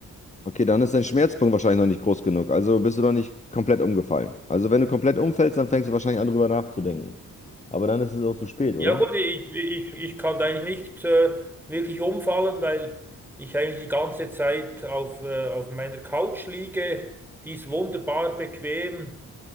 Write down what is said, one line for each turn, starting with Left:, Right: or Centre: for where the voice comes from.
Left: Okay, dann ist dein Schmerzpunkt wahrscheinlich noch nicht groß genug. Also bist du noch nicht komplett umgefallen. Also wenn du komplett umfällst, dann fängst du wahrscheinlich an, drüber nachzudenken. Aber dann ist es auch zu spät,
Centre: Ja
Left: oder?
Centre: gut, ich, ich, ich kann da eigentlich nicht äh, wirklich umfallen, weil ich eigentlich die ganze Zeit auf, äh, auf meiner Couch liege. Die ist wunderbar bequem.